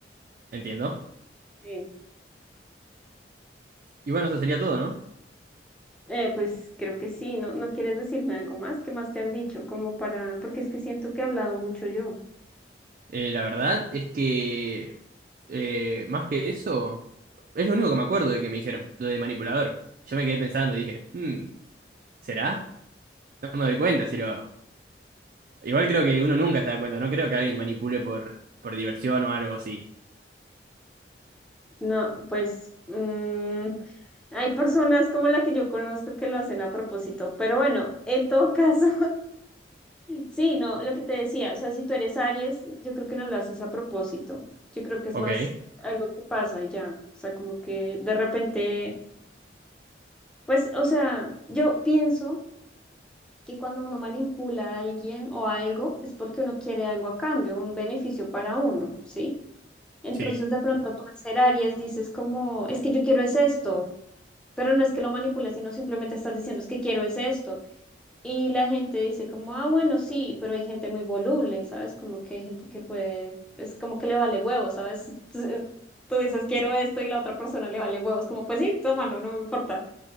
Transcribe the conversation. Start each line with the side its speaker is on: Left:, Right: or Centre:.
Right: entiendo.
Centre: Sí.
Right: Y bueno, eso sería todo, ¿no?
Centre: Eh, pues creo que sí, ¿no? ¿No quieres decirme algo más? ¿Qué más te han dicho? Como para, porque es que siento que he hablado mucho yo.
Right: Eh, la verdad es que eh, más que eso, es lo único que me acuerdo de que me dijeron, lo de manipulador. Yo me quedé pensando y dije, "Hmm, ¿será? No me doy cuenta si lo hago. Igual creo que uno nunca se da cuenta, no creo que alguien manipule por, por diversión o algo así.
Centre: No, pues mm, hay personas como la que yo conozco que lo hacen a propósito, pero bueno, en todo caso, Sí, no, lo que te decía, o sea, si tú eres Aries, yo creo que no lo haces a propósito. Yo creo que es
Right: Ok,
Centre: más algo que pasa y ya. O sea, como que de repente, pues, o sea, yo pienso que cuando uno manipula a alguien o algo es porque uno quiere algo a cambio, un beneficio para uno, ¿sí? Entonces,
Right: sí.
Centre: de pronto tú al ser Aries dices como, es que yo quiero es esto, pero no es que lo manipules, sino simplemente estás diciendo, es que quiero es esto. Y la gente dice como, ah, bueno, sí, pero hay gente muy voluble, ¿sabes? Como que hay gente que puede, es como que le vale huevo, ¿sabes? <laughs> Entonces, Tú dices, quiero esto y la otra persona le vale huevos, como, pues sí, tómalo, no me importa.